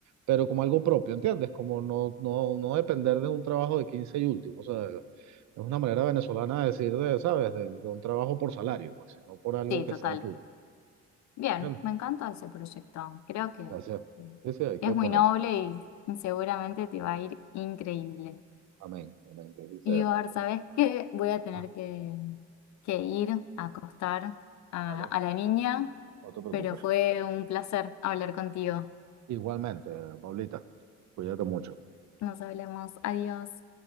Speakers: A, on the right; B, on the left.
A: pero como algo propio, ¿entiendes? Como no, no, no depender de un trabajo de 15 y último, o sea, es una manera venezolana de decir, de, ¿sabes? De, de un trabajo por salario, pues, sino por algo
B: Sí,
A: que
B: total.
A: sea tuyo.
B: Bien,
A: Bien,
B: me encanta ese proyecto. Creo que,
A: Gracias.
B: que
A: Sí, sí, hay que
B: es
A: ponerse.
B: muy noble y seguramente te va a ir increíble.
A: Amén, amén, que así
B: Ibar,
A: sea.
B: ¿sabes qué? Voy a tener
A: Ah,
B: que, que ir a acostar a,
A: Dale,
B: a la niña,
A: no te preocupes.
B: pero fue un placer hablar contigo.
A: Igualmente, Paulita, cuídate mucho.
B: Nos hablamos. Adiós.